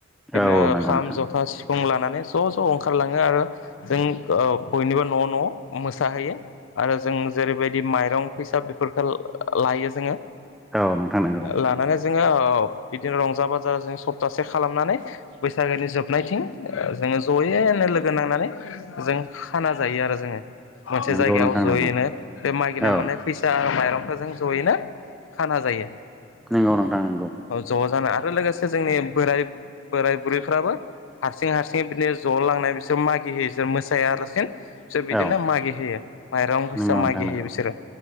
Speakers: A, on the left; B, in the centre.
A: बिदिनो
B: औ औ नंगौ
A: खाम
B: नोंथां
A: जथा सि फुं लानानै ज' ज' ओंखारलाङो आरो जों ओ बयनिबो न' न' मोसाहोयो आरो जों जेरैबायदि माइरं फैसा बेफोरखौ ला लायो जोङो।
B: औ नोंथां नंगौ
A: लानानै जोङो औ बिदिनो रंजा बाजा जों सप्तासे खालामनानै बैसागोनि जोबनायथिं ओ जोङो ज'यैनो लोगो नांनानै जों खाना जायो आरो जोङो। मोनसे
B: नंगौ
A: जायगायाव
B: नोंथां
A: जयैनो
B: नंगौ
A: बे मागिना
B: औ
A: मोननाय फैसा मायाव दावखोजों ज'यैनो खाना जायो।
B: नंगौ नोंथां नंगौ
A: औ ज' जाना आरो लोगोसे जोंनि बोराय- बोराय बुरैफ्राबो हारसिं हारसिं बिदिनो ज' लांनाय बिसोर मागि होयो बिसोर मोसायालासिनो बिसोर बिदिनो
B: औ
A: मागि होयो माइरं फैसा
B: नंगौ नोंथां
A: मागि होयो
B: नंगौ
A: बिसोरो